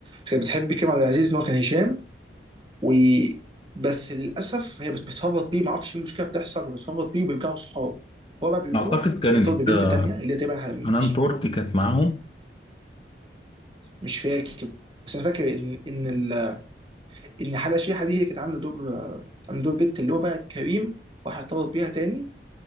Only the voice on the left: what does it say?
اعتقد كانت
آه،
حنان
ترك كانت معاهم